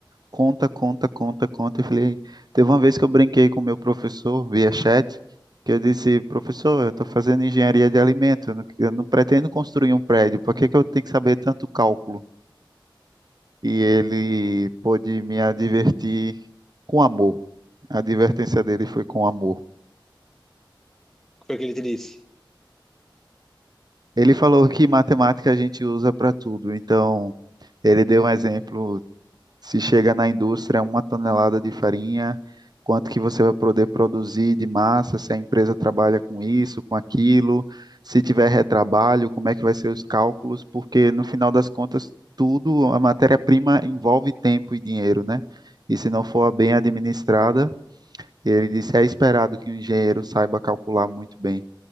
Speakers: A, on the right (about 50°); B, in the centre.
A: conta, conta, conta, conta. E falei, teve uma vez que eu brinquei com o meu professor via chat, que eu disse, professor, eu estou fazendo engenharia de alimento, eu não, eu não pretendo construir um prédio, por que que eu tenho que saber tanto cálculo? E ele pôde me advertir com amor. A advertência dele foi com amor.
B: O que foi que ele te disse?
A: Ele falou que matemática a gente usa para tudo, então ele deu um exemplo Se chega na indústria uma tonelada de farinha, quanto que você vai poder produzir de massa, se a empresa trabalha com isso, com aquilo, se tiver retrabalho, como é que vai ser os cálculos, porque no final das contas, tudo, a matéria-prima envolve tempo e dinheiro, né? E se não for bem administrada, ele disse, é esperado que o engenheiro saiba calcular muito bem.